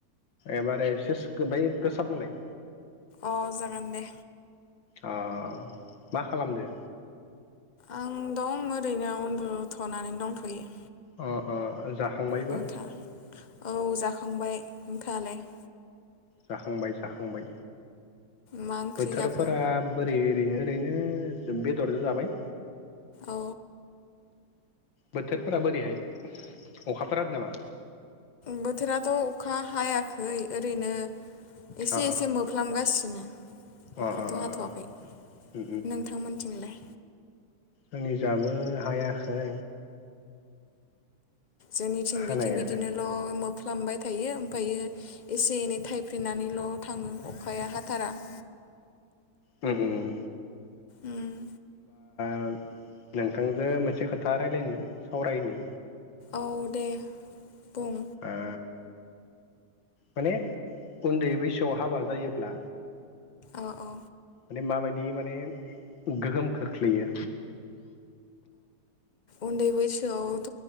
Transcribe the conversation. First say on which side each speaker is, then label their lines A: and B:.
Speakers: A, on the left; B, on the left.
A: एबार एसेस बाय गोसा बुंलाय।
B: अ जागोन दे।
A: अ' मा खालामदो?
B: आं दं ओरैनो उन्दुथ'नानै दंथ'यो।
A: अ अ जाखांबायबा
B: नोंथां औ जाखांबाय नोंथाङालाय?
A: जाखांबाय जाखांबाय
B: मा ओंख्रि
A: बोथोरफोरा
B: जाखो
A: बोरै ओरैनो ओरैनो बेदरजों जाबाय।
B: औ
A: बोथोरफोरा बोरैहाय अखाफोर हादोंनामा?
B: बोथोराथ' अखा हायाखै ओरैनो एसे
A: अ अ
B: एसे मोफ्लामगासिनो। अखाथ'
A: अ अ
B: हाथ'वाखै
A: अ उम
B: नोंथांमोनथिंलाय?
A: जोंनिजायबो हायाखै।
B: जोंनिथिं
A: हानाया
B: बिथिं बिदिनोल' खालामबाय थायो ओमफ्रायो एसे एनै थाइफेनानैल' थाङो अखाया हाथारा। <inaudible>
A: उम उम
B: उम
A: आं नोंथांजो मोनसे खोथा रायजलायनि सावरायनि।
B: औ दे बुं।
A: ओ माने उन्दै बैसोआव हाबा जायोब्ला
B: औ औ।
A: बे माबायदि माने गोहोम खोख्लैयो?
B: उन्दै बैसोआव